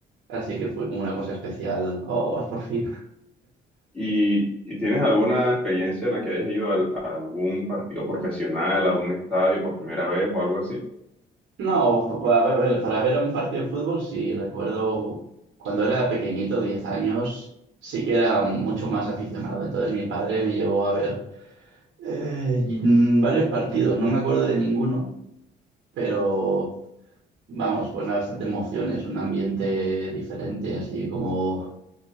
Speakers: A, on the right; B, in the centre.
A: Así que fue como una cosa especial. Oh, por fin.
B: ¿Y, y tienes alguna experiencia en la que hayas ido al- a, algún partido profesional, a un estadio por primera vez o algo así?
A: No,
B: ¿O no?
A: pa- para ver un partido de fútbol, sí, recuerdo cuando era pequeñito, 10 años, sí que era mucho más aficionado. Entonces mi padre me llevó a ver eh, mm, varios partidos, no me acuerdo de ninguno, pero vamos, bueno, bastante emociones, un ambiente diferente, así como,